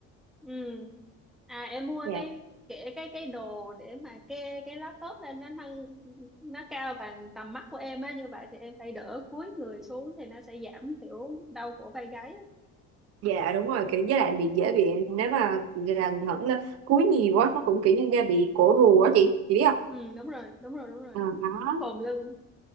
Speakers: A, in the centre; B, on the right.
A: ừ à em mua
B: dạ
A: cái kệ cái cái đồ để mà kê cái laptop lên nó nâng nó cao bằng tầm mắt của em á như vậy thì em phải đỡ cúi người xuống thì nó sẽ giảm thiểu đau cổ vai gáy
B: dạ đúng rồi kiểu với lại bị dễ bị nếu mà là ngẩng lên cúi nhiều quá nó cũng kiểu như da bị cổ rùa á chị chị biết không
A: ừ đúng rồi đúng rồi đúng rồi
B: à, đó
A: nó khom lưng